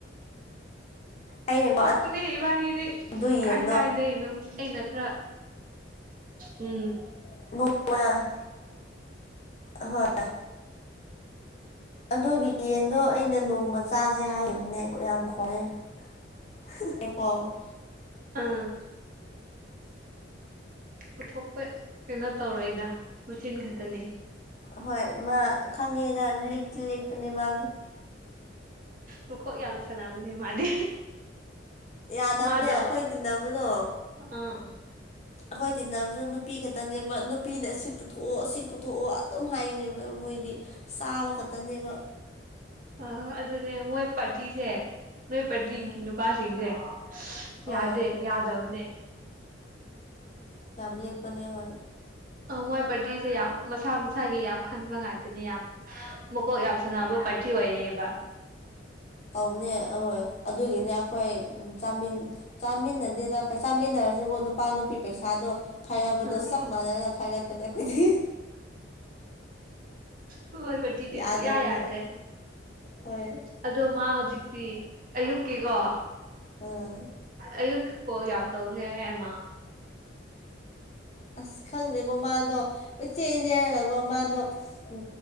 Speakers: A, on the left; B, on the right.
A: ꯑꯩꯅꯀꯣ
B: ꯅꯣꯛꯄꯅꯦ ꯏꯕꯥꯅꯤꯗꯤ
A: ꯑꯗꯨ
B: ꯀꯥꯏ
A: ꯌꯦꯟꯗꯣ
B: ꯀꯥꯏꯗꯩꯅꯣ ꯑꯩꯅ ꯈꯔ ꯎꯝ
A: <unintelligible> ꯑꯍꯣꯏ ꯑꯗꯨꯒꯤ ꯌꯦꯟꯗꯣ ꯑꯩꯅ ꯅꯣꯡꯃ ꯆꯥꯁꯦ ꯍꯥꯏꯈꯤꯕꯅꯦ ꯌꯥꯝ ꯈꯣꯡꯉꯦ <unintelligible>
B: ꯑꯪ ꯄꯨꯊꯣꯛꯄ ꯀꯩꯅꯣ ꯇꯧꯔꯣꯏꯗ ꯃꯆꯤꯟ ꯈꯛꯇꯅꯤ
A: ꯍꯣꯏ ꯃꯥ ꯈꯪꯉꯦꯗ ꯂꯤꯛꯇ ꯂꯤꯛꯄꯅꯦ ꯃꯥ
B: ꯃꯀꯣꯛ ꯌꯥꯝ ꯁꯥꯟꯅꯕꯅꯦ ꯃꯥꯗꯤ
A: ꯌꯥꯗꯕꯅꯦ
B: ꯃꯥꯗꯣ
A: ꯑꯩꯈꯣꯏ ꯇꯤꯟꯅꯕꯗꯣ
B: ꯑꯥ
A: ꯑꯩꯈꯣꯏ ꯇꯤꯟꯅꯕꯁꯨ ꯅꯨꯄꯤ ꯈꯛꯇꯅꯦꯕ ꯅꯨꯄꯤꯅ ꯑꯁꯤ ꯄꯨꯊꯣꯛꯑꯣ ꯑꯁꯤ ꯄꯨꯊꯣꯛꯑꯣ ꯑꯗꯨꯝ ꯍꯥꯏꯅꯦꯕ ꯃꯣꯏꯗꯤ ꯆꯥꯕ ꯈꯛꯇꯅꯦꯕ
B: ꯑꯥ ꯑꯗꯨꯅꯦ ꯃꯣꯏ ꯄꯥꯔꯇꯤꯁꯦ ꯅꯣꯏ ꯄꯥꯔꯇꯤꯒꯤ
A: ꯎꯝ
B: ꯅꯨꯄꯥꯁꯤꯡꯁꯦ
A: ꯍꯣꯏ
B: ꯌꯥꯗꯦ ꯌꯥꯗꯕꯅꯦ
A: ꯌꯥꯝ ꯂꯤꯛꯄꯅꯦ ꯍꯣꯏ
B: ꯑꯧ ꯃꯣꯏ ꯕꯔꯗꯤꯁꯦ ꯌꯥꯝ ꯃꯁꯥ ꯃꯁꯥꯒꯤ ꯌꯥꯝ ꯈꯟꯕ ꯉꯇꯅꯦ ꯌꯥꯝ ꯃꯀꯣꯛ ꯌꯥꯝ ꯁꯥꯟꯅꯕ ꯄꯥꯔꯇꯤ ꯑꯣꯏꯌꯦꯕ
A: ꯇꯧꯕꯅꯦ ꯑꯍꯣꯏ ꯑꯗꯨꯒꯤꯅꯦ ꯑꯩꯈꯣꯏ ꯆꯥꯃꯤꯟ ꯆꯥꯃꯤꯟꯅꯗꯦꯗ ꯆꯥꯃꯤꯟꯅꯔꯁꯨ ꯀꯣ ꯅꯨ- ꯄꯥ ꯅꯨꯄꯤ ꯄꯩꯁꯥꯗꯣ ꯈꯥꯏꯒꯕꯗꯣ
B: ꯎꯝ
A: ꯆꯞ ꯃꯥꯟꯅꯅ ꯈꯥꯏꯒꯠ- ꯄꯅꯦ ꯑꯩꯈꯣꯏꯗꯤ
B: ꯍꯣꯏ ꯕꯔꯗꯤꯗꯤ
A: ꯌꯥꯗꯕꯅꯦꯕ
B: ꯁꯨꯛꯌꯥ ꯌꯥꯗ꯭ꯔꯦ
A: ꯍꯣꯏ
B: ꯑꯗꯣ ꯃꯥ ꯍꯧꯖꯤꯛꯇꯤ ꯑꯌꯨꯛꯀꯤꯀꯣ
A: ꯑꯪ
B: ꯑꯌꯨꯛ ꯀꯣꯜ ꯌꯥꯝ ꯇꯧꯈ꯭ꯔꯦ ꯍꯥꯏ ꯃꯥ
A: ꯑꯁ ꯈꯪꯗꯦꯀꯣ ꯃꯥꯗꯣ ꯄꯤꯛꯆꯦꯠ ꯆꯦꯟꯂꯒꯀꯣ ꯃꯥꯗꯣ ꯎ